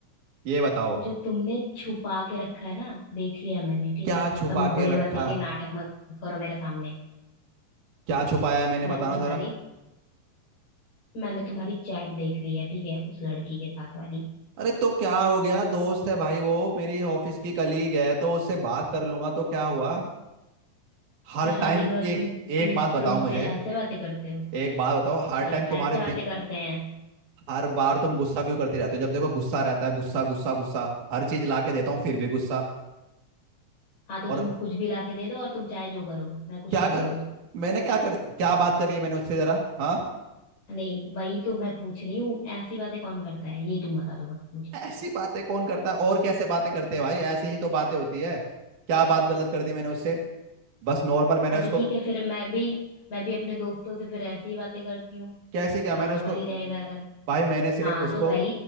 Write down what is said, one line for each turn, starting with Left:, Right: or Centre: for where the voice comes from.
Right: ये बताओ
Left: जो तुमने छुपा के रखा है ना देख लिया मैंने ठीक
Right: क्या
Left: है
Right: छुपा
Left: कभी भोले
Right: के रखा
Left: बनने के
Right: है
Left: नाटक मत करो मेरे सामने
Right: क्या छुपाया है मैंने
Left: मैंने
Right: बताना
Left: तुम्हारी
Right: जरा
Left: मैंने तुम्हारी चैट देख ली है ठीक है उस लड़की के साथ वाली
Right: अरे तो क्या हो गया दोस्त है भाई वो मेरी ऑफिस की कलीग है तो उससे बात कर लूंगा तो क्या हुआ हर
Left: तो शादी
Right: टाइम
Left: के बाद तुम
Right: एक
Left: दूसरों
Right: एक बात बताओ मुझे
Left: से ऐसे बातें करते हो
Right: एक बात बताओ हर
Left: नहीं
Right: टाइम तुम्हारे
Left: ऐसे
Right: दि-
Left: बातें करते हैं
Right: हर बार तुम गुस्सा क्यों करते रहते हो जब देखो गुस्सा रहता है गुस्सा गुस्सा गुस्सा हर चीज ला के देता हूँ फिर भी गुस्सा
Left: हाँ तो
Right: और
Left: तुम कुछ भी लाके दे दो और तुम चाहे जो करो मैं कुछ
Right: क्या
Left: ना
Right: करो
Left: बोलूं
Right: मैंने क्या कर क्या बात करी है मैंने उससे जरा हाँ
Left: नहीं वही तो मैं पूछ रही हूँ ऐसी बातें कौन करता है ये तुम बता दो बस मुझे
Right: ऐसी बातें कौन करता है और कैसे बातें करते हैं भाई ऐसी ही तो बातें होती है क्या बात गलत कर दी मैंने उससे बस नॉर्मल मैंने
Left: हाँ
Right: उसको
Left: तो ठीक है फिर मैं भी मैं भी अपने दोस्तों से फिर ऐसी ही बातें करती हूँ
Right: कैसे क्या
Left: नॉर्मल
Right: मैंने उसको
Left: ही रहेगा अगर
Right: भाई मैंने सिर्फ
Left: हाँ
Right: उसको
Left: तो भाई